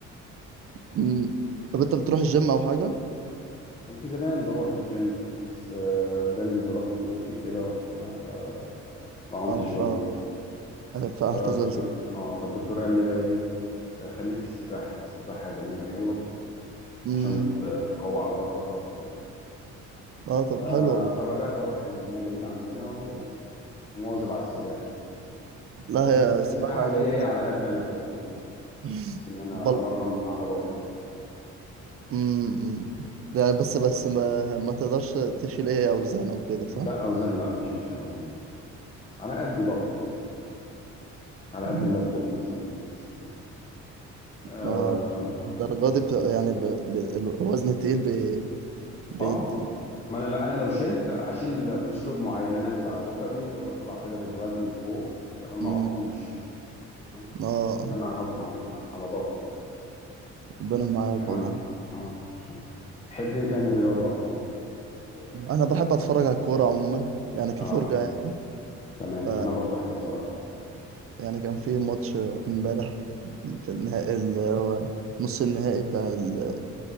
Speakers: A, on the right (about 50°); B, on the left (about 20°).
A: م- م- طب انت بتروح الجيم او حاجه
B: وكنت زمان بروح الجيم بس آه جالي انزلاق غضروفي كده وبتاع فما كنتش
A: اه ف
B: بروح
A: فاعتزلت
B: فالدكتور آه فالدكتور قال لي بقى إيه آه خليك في السباحة السباحة جميلة حلوة
A: امم
B: عشان ت- تقوي عضلات ظهرك وكده
A: اه طب
B: ف-
A: حلو والله
B: فبدأت أروح النادي هنا عندنا و- ومواظب على السباحة يعني.
A: لا
B: بس
A: هي
B: الس-
A: السباحه
B: السباحة اللي
A: رياضه
B: هي ايه
A: حلوه
B: على قد انا كده يعني ايه
A: <laughs>
B: بس ان انا
A: بل
B: امرن عضلات انا بس كده
A: امم يعني بس بس ما ما تقدرش تشيل ايه اوزان او كده صح
B: لا اوزان لا ما اشيلش اوزان على قدي برضو كده على
A: مم.
B: قد اللابتوب مثلا بس كده اه
A: اه بالدرجة دي بتبقى يعني ب... ب... الوزن التقيل بي... بيد...
B: آه، ما انا لا انا لو شلت اشيل باسلوب معين انا انزل على ركبي واطلع كده بالوزن لفوق تمام
A: مم.
B: ما اوطيش تمام
A: اه
B: ان انا احافظ على على ظهري
A: ربنا معاك
B: تمام
A: والله
B: آه، الله يخليك تحب ايه تاني رياضة يعني غير الكورة
A: انا بحب اتفرج على الكورة عموما يعني كفرجة
B: اه
A: يعني
B: تمام
A: ف...
B: انا برضه احب اتفرج على الكورة
A: يعني كان في ماتش امبارح في النهائي ال... نص النهائي بتاع, ال...